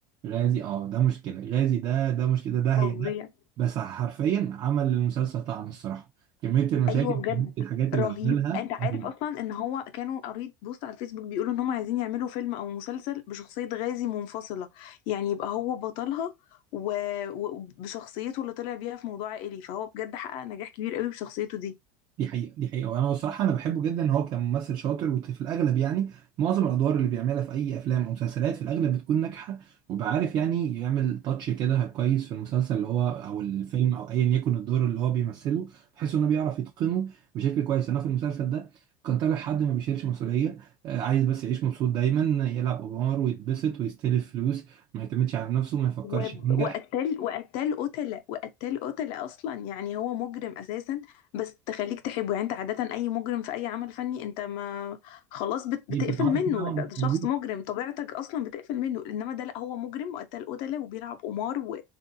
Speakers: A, on the right; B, on the left.
A: غازي اه ده مشكله غازي ده ده مشكله ده ده
B: فظيع
A: هي ده بس حرفيا عمل للمسلسل طعم الصراحه كميه المشاكل
B: ايوه بجد
A: كميه الحاجات اللي
B: رهيب
A: عملها
B: انت عارف
A: رهيبة.
B: اصلا ان هو كانوا قريت بوست على الفيسبوك بيقولوا ان هم عايزين يعملوا فيلم او مسلسل بشخصية غازي منفصلة يعني يبقى هو بطلها و- و- وبشخصيته اللي طلع بيها في موضوع عائلي فهو بجد حقق نجاح كبير قوي بشخصيته دي
A: دي حقيقة دي حقيقة وانا بصراحة انا بحبه جدا ان هو كان ممثل شاطر وفي الاغلب يعني معظم الادوار اللي بيعملها في اي افلام او مسلسلات في الاغلب بتكون ناجحة وبعرف يعني يعمل تاتش كده كويس في المسلسل اللي هو او الفيلم او ايا يكن الدور اللي هو بيمثله بحيث انه بيعرف يتقنه بشكل كويس انا في المسلسل ده كان طالع حد ما بيشيلش مسؤولية آه، عايز بس يعيش مبسوط دايما يلعب قمار ويتبسط ويستلف فلوس ما يعتمدش على نفسه ما يفكرش
B: و-
A: ينجح
B: وقتل وقتل قتلة وقتل قتلة اصلا يعني هو مجرم اساسا بس تخليك تحبه يعني انت عادة اي مجرم في اي عمل فني انت ما خلاص بت بتقفل
A: يتعاطف
B: منه
A: معاهم
B: لا ده
A: مظبوط
B: شخص مجرم طبيعتك اصلا بتقفل منه انما ده لا هو مجرم وقتل قتلة وبيلعب قمار و...